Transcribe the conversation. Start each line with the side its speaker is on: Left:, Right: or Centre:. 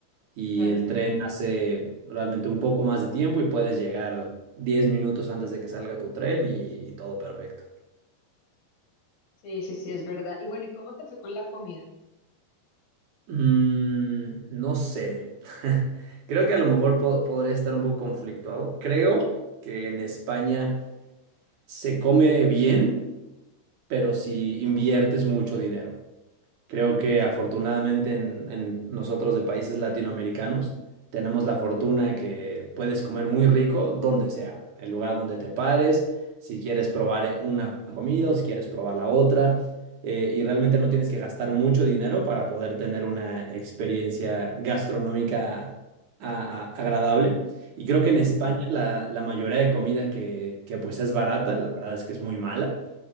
Right: y
Left: Claro.
Right: el tren hace realmente un poco más de tiempo y puedes llegar 10 minutos antes de que salga tu tren y y todo perfecto.
Left: Sí, sí, sí, es verdad. Y bueno, ¿y cómo te fue con la comida?
Right: Mm, no sé. <laughs> Creo que a lo mejor po- podría estar un poco conflictuado. Creo que en España se come bien, pero si inviertes mucho dinero. Creo que afortunadamente en, en nosotros de países latinoamericanos tenemos la fortuna de que puedes comer muy rico donde sea, el lugar donde te pares, si quieres probar eh, una comida o si quieres probar la otra, eh, y realmente no tienes que gastar mucho dinero para poder tener una experiencia gastronómica a- a- agradable. Y creo que
Left: Ujú.
Right: en España la, la mayoría de comida que, que pues es barata, la verdad es que es muy mala